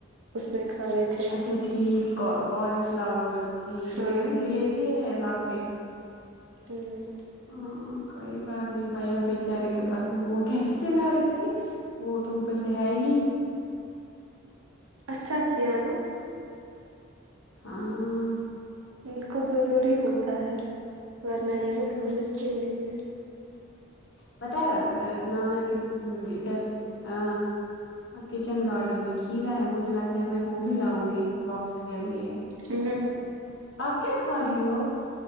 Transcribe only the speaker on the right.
اس نے کھائے تھے
ہاں
ہوں
اچھا کیا نا
ان کو ضروری ہوتا ہے ورنہ یہ لوگ
سمجھتے ہی نہیں ہیں
ہمم ہمم